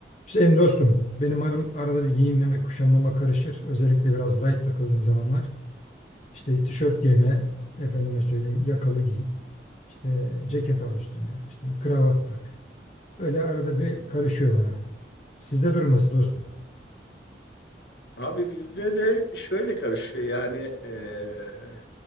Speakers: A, on the left; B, on the left.
A: Hüseyin dostum, benim arım arada bir giyinmeme, kuşanmama karışır. Özellikle biraz light takıldığım zamanlar. İşte tişört giyme, efendime söyleyeyim yakalı giy. İşte ceket al üstüne, işte bir kravat tak. Böyle arada bir karışıyor bana. Sizde durum nasıl dostum?
B: Abi bizde de şöyle karışıyor yani eee,